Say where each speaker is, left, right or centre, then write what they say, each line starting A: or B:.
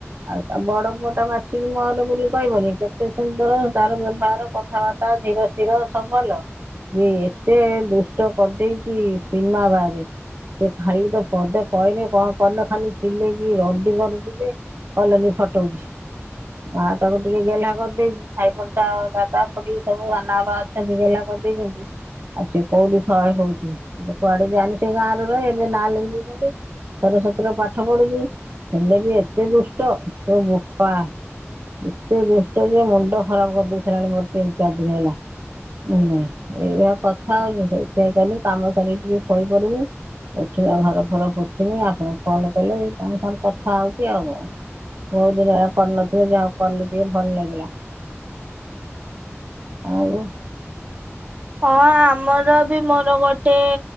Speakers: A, on the right; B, on the right.
A: ଆଉ ତା ବଡ଼ ପୁଅ ଟା ମାଛିିକି ମୋର ବୋଲି କହିବନି। କେତେ ସୁନ୍ଦର ତାର ବ୍ୟବହାର କଥାବାର୍ତ୍ତା ଧୀର ସ୍ଥିର ସବ୍ ଭଲ ଯେ, ଏତେ ଦୁଷ୍ଟ କର୍ ଦେଇଚି ସୀମା ବାହାରେ ସେ ଖାଲି ତ ପଦେ କହଲେ, କଣ କଲେ? ଖାଲି ଚିଲେଇକି ରଡି କରୁଚି ଯେ କଲନି ଫଟଉଛି ମା ତାକୁ ଟିକେ ଗେହ୍ଲା କର୍ ଦେଇଛି। ସାଇ ପଡ଼ସା ଦାଦା ଖୁଡ଼ି ସବୁ ସାନା ବା ସେନ୍ତି ଗେଲ୍ହା କର୍ ଦେଇଛନ୍ତି, ଆଉ ସିଏ କୋଉଠି ଥଏ ହଉଛି। ସେ ତ କୁଆଡ଼େ ଯାଏନି ସେ ଗାଁ ରେ ରହେ ଏବେ ନାଁ ଲେଖ୍ ଦେଇଚନ୍ତି ସରସ୍ଵତୀର ପାଠ ପଢୁଚି, ହେଲେ ବି ଏତେ ଦୁଷ୍ଟ ତୋ ବୋପା ଏତେ ଦୁଷ୍ଟ ଯେ ମୁଣ୍ଡ ଖରାପ୍ କରିଦେଇ ସାରାଲାଣି, ମୋର୍ ତିନ୍-ଚାର୍ ଦିନି ହେଲା ହେଲା, ଏଇଆ କଥା ଆଉ ରୋଷେଇ କଲି କାମ ସାରିକି। ଟିକେ ଶୋଇ ପଡ଼ିଲି ଉଠିକି ଆଉ ଘର ଫର ପୋଛିଲି। ଆପଣ ଫୋନ୍ କଲେ, ତମ ସାଥେ କଥା ହଉଛି ଆଉ କଣ ବହୁତ୍ ଦିନ ହେଲା କର୍ ନଥିଲି, ଯାହାହଉ କଲି ଟିକେ ଭଲ୍ ଲାଗିଲା ଆଉ
B: ହଁ, ଆମର ବି ମୋର ଗୋଟେ